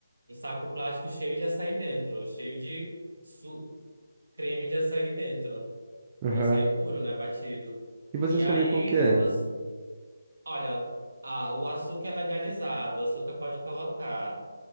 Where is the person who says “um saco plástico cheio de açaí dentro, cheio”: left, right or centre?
Right